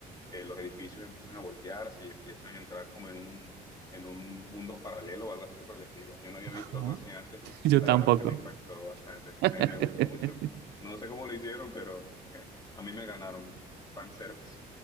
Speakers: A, on the left; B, on the right.
A: eh, los edificios empiezan a voltearse y empiezan a entrar como en un, en un mundo paralelo o algo así por el estilo. Yo no había visto
B: Ajá.
A: algo así antes y
B: <laughs>
A: la
B: Yo tampoco.
A: verdad es que me impactó bastante,
B: <laughs>
A: me, me gustó mucho. No sé cómo lo hicieron, pero <laughs> a mí me ganaron fanservice.